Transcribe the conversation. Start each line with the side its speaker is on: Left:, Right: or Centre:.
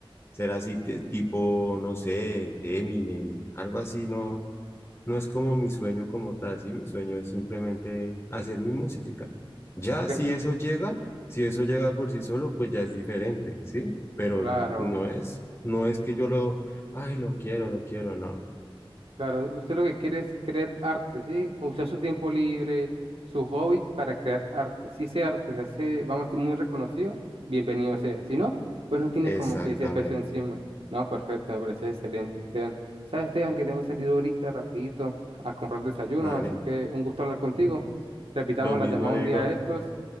Left: ser así te- tipo, no sé, Eminem, algo así, no, no es como mi sueño como tal, ¿sí? Mi sueño es simplemente hacer mi música. Ya,
Right: Cre-
Left: si eso llega, si eso llega por sí solo, pues ya es diferente, ¿sí? Pero
Right: Claro,
Left: no es, no es que yo lo, ay, lo quiero, lo quiero, no.
Right: claro. Usted lo que quiere es crear arte, ¿sí? Usar su tiempo libre, su hobby para crear arte. Si ese arte se hace, vamos a decir, muy reconocido, bienvenido sea. Si no, pues no tiene como
Left: Exactamente.
Right: que ese peso encima. No, perfecto, me parece excelente, Esteban. ¿Sabes, Esteban, que tengo que salir ahorita rapidito a comprar desayuno?
Left: Dale.
Right: Así que un gusto hablar contigo.
Left: <laughs>
Right: Repitamos
Left: Lo mismo
Right: la llamada
Left: digo.
Right: un día de estos.